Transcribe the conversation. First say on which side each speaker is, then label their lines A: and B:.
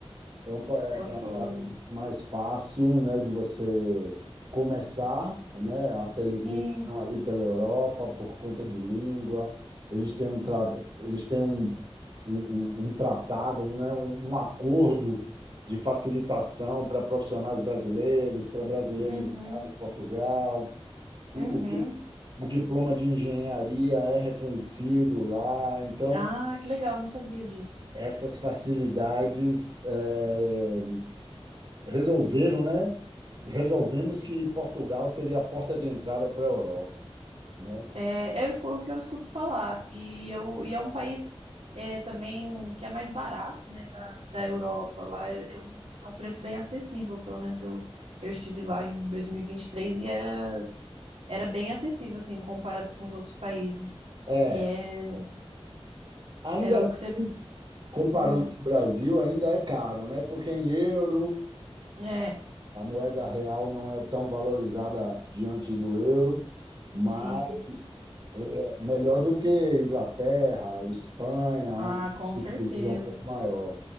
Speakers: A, on the right (about 45°); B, on the right (about 85°).
A: É um, pa- é
B: gostoso?
A: é um país mais fácil, né, de você começar, né, a peregrinação
B: Hum,
A: ali pela Europa por conta de língua. Eles têm um, tra... eles têm um, um, um- um tratado, né, um, um acordo de facilitação para profissionais brasileiros, para brasileiros
B: uhum,
A: morarem em Portugal. O,
B: uhum.
A: o, que- o diploma de engenharia é reconhecido lá, então
B: Ah, que legal, não sabia disso.
A: essas facilidades eh, resolveram, né? Resolvemos que Portugal seria a porta de entrada para a Europa, né?
B: É, é o escu- o que eu escuto falar. E, eu, e é um país é, também que é mais barato, né, da, da Europa. Lá é, é um, é um preço bem acessível. Pelo menos eu, eu estive lá em 2023 e vinte e três e era, era bem acessível, assim, comparado com os outros países.
A: É,
B: E é,
A: ainda
B: é o
A: assim,
B: que você.
A: comparando
B: hum,
A: com o Brasil, ainda é caro, né? Porque em euro,
B: é,
A: a moeda real não é tão valorizada diante do euro, mas
B: sim.
A: é melhor do que Inglaterra, Espanha,
B: Ah,
A: onde
B: com
A: o
B: certeza.
A: custo é um pouco maior.